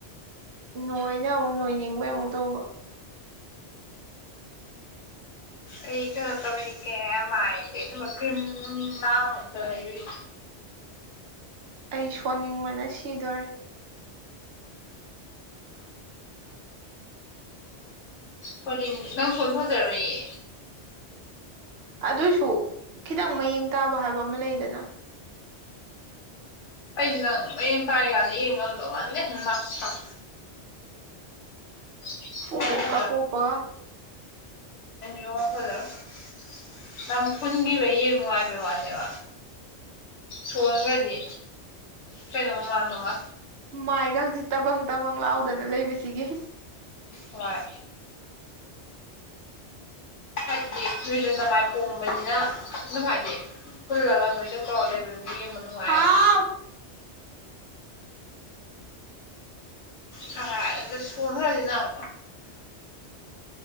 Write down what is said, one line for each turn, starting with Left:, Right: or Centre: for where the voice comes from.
Right: ꯅꯣꯏꯅ ꯑꯃꯨꯛ ꯅꯣꯏꯅꯤꯡꯕꯩ ꯑꯃꯨꯛ ꯇꯧꯕ
Left: ꯑꯩ ꯀꯩꯅꯣ ꯇꯧꯔꯤ ꯀꯦ ꯌꯥꯝ ꯃꯥꯏ ꯑꯩꯅꯃꯛ ꯀ꯭ꯔꯤꯝ ꯅꯨꯡ ꯅꯥꯗ ꯂꯩꯔꯤꯨ
Right: ꯑꯩ ꯁꯣꯟꯅꯤꯡꯕꯅ ꯁꯤꯗꯣꯔꯦ
Left: ꯐ ꯅꯪ ꯐꯣꯟ ꯐꯖꯔꯣ ꯏꯌꯦ
Right: ꯑꯗꯨꯁꯨ ꯈꯤꯇꯪ ꯃꯌꯦꯡ ꯇꯥꯕ ꯍꯥꯏꯕ ꯑꯃ ꯂꯩꯗꯅ
Left: ꯑꯩ ꯅꯪ ꯃꯌꯦꯡ ꯇꯥꯏ ꯀꯅꯤ ꯌꯦꯡ ꯉꯝꯗꯧ ꯃꯥꯜꯗꯦ ꯅꯛꯁꯛ ꯌꯗ ꯑꯗꯨ
Right: ꯄꯨꯡꯀꯣꯞꯀ ꯀꯣꯞꯄꯒ
Left: ꯌ ꯈꯔ <unintelligible> ꯅꯝ ꯐꯨꯟꯒꯤꯈꯤꯕ ꯌꯦ ꯅꯨꯡꯉꯥꯏꯕ ꯋꯥꯅꯦꯕ ꯁꯣꯟꯒꯗꯤ ꯀꯩꯅꯣꯝ ꯃꯥꯟꯕꯃ
Right: ꯃꯥꯏꯒꯥꯡꯁꯤ ꯇꯕꯪ ꯇꯕꯪ ꯂꯥꯎꯗꯅ ꯂꯩꯕꯁꯤꯒꯤ
Left: ꯍꯣꯏ ꯍꯥꯏꯗꯤ ꯅꯣꯏꯁꯨ ꯅꯃꯥꯏ ꯄꯣꯝꯕꯅꯤꯅ ꯅꯨꯡꯉꯥꯏꯅꯩ ꯐꯨꯜꯂꯒ ꯅꯣꯏꯗꯧ ꯇꯧꯔꯒ ꯂꯩꯕꯗꯨꯅ ꯌꯦꯡꯕ ꯅꯨꯡꯉꯥꯏꯌꯦꯕ
Right: ꯍꯥꯎ
Left: ꯀ ꯁꯣꯟ ꯍ ꯍꯥꯏꯖꯝ